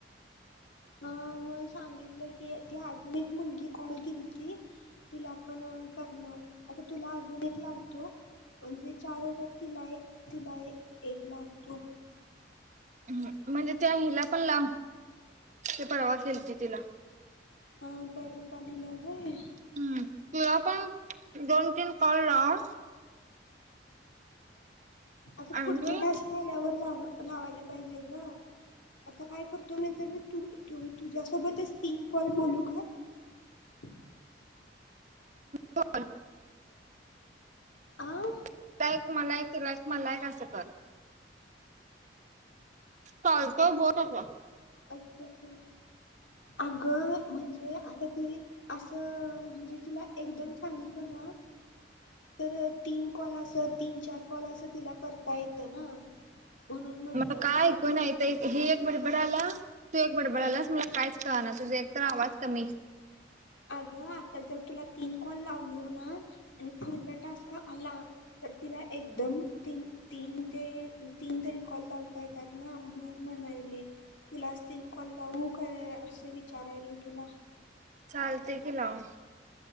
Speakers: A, on the left; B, on the right.
A: बा सांगितलं की ती अजून एक मुलगी कॉल केलती तिला पण करणार आता तुला अजून एक लागतो. म्हणजे चार हजात तिला तिला एक लावतो
B: ह् म्हणजे त्या हिला पण लाव ते परवा केलती तिला
A: हा तर रुपाली ला व्हय
B: हम् तुला पण दोन तीन कॉल लाव
A: आता
B: आणि
A: पुढच्या टास्क आल्यावर लाव लावायला पाहिजे ग. आता काय करतो ना तर तू तू तुझ्यासोबतच तीन कॉल बोलू का <unintelligible>
B: बर.
A: आह
B: तुला एक मला एक तुला एक मला एक असं कर. तलत बोत असस
A: अच्छाच्छा अगं म्हणजे आता ति असं म्हणजे तिला एकदम सांगितलं ना. ह तर तीन कॉल असं तीन चार कॉल असं तिला करता येतं ना म्हणून म्हटलं
B: मला काय
A: ग
B: ऐकून ही एक बडबड तू एक बडबडलास मला काहीच कळ ना तुझ एकत आवाज कमी
A: अगं आता जर तुला तीन कॉल लावलो ना आणि पुढचा टास्क आला तर त केला एकदम त तीन ते तीन तरी कॉल लावता येतात ना म्हणून म्हणायले तुलाच तीन कॉल लावू का. असं विचारायल तुला
B: चालते की लाव